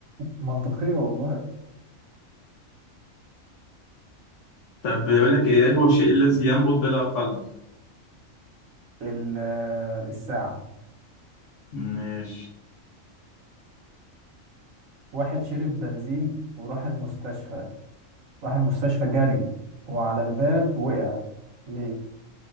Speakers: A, on the right; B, on the left.
A: منطقية والله
B: طب بيقول لك ايه هو الشيء الذي ينبض بلا قلب
A: ال- الساعة
B: ماشي
A: واحد شرب بنزين وراح المستشفى راح المستشفى جري وعلى الباب وقع ليه